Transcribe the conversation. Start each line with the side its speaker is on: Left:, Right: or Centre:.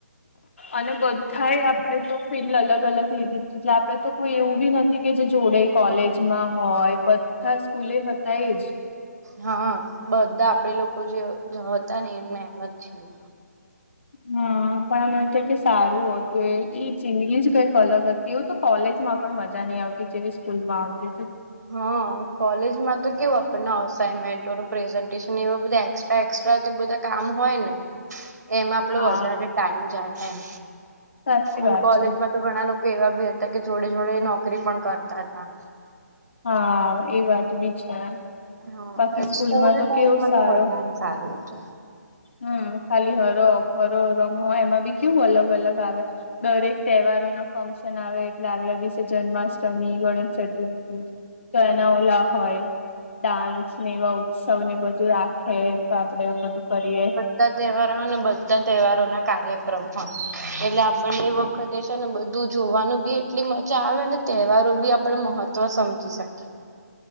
Left: અને બધાએ આપણેે તો ફિલ્લ અલગ અલગ લીધી એટલે આપડે તો કોઈ એવું બી નથી કે જે જોડે. કોલેજમાં હોય બધા સ્કૂલે હતા એજ
Right: હા બધા આપડે લોકો જે હતા ને એમને એમ જ છીએ.
Left: હા પણ અમે એવું ક કે સારું હતું એ એ જિંદગી જ કઈક અલગ હતી. તેવું તો કોલેજ માં પણ મજા નહી આવતી જેવી સ્કૂલ માં આવતી હતી
Right: હા કોલેજમાં તો કેવું આપણને અસાાઈનમેન્ટોનું પ્રેઝન્ટેશન એવા બધા એક્સ્ટ્રા એક્સ્ટ્રા બધા કામ હોય, ને એમાં આપડો
Left: હા.
Right: વધારે ટાઈમ જાય એમ
Left: સાચી વાત
Right: અને કોલેજમાં
Left: છે
Right: તો ઘણા લોકો એવા બી હતા કે જોડે જોડે નોકરી પણ કરતા હતા
Left: હા એ વાત બી છે.
Right: હા
Left: બાકી
Right: એ
Left: સ્કૂલમાં
Right: સ્કૂલ
Left: તો
Right: ટાઈમમાં
Left: કેવું સારો
Right: તો વધારે સારું હતુ
Left: હમ ખાલી હરો અપહરો રમો એમાં બી કેયવું અલગ અલગ આવે દરેક તહેવારો ના ફંક્શન આવે એટલે આગલા દિવસે જન્માષ્ટમી ગણેશ ચતુર્થી તો એના ઓલા હોય ડાન્સ ને એવા ઉત્સવ ને બધું રાખ હે સાચડે એવું બધું કરીએ
Right: બધ તહેવારો હોય બધા તહેવારો ના કાર્યક્રમ હોય એટલે આપણ એ વ વખતે છે ને બધું જોવાનું બી એટલી મજા આવે અનેને તહેવારો બી આપડણે મહત્વ સમજી શકીએ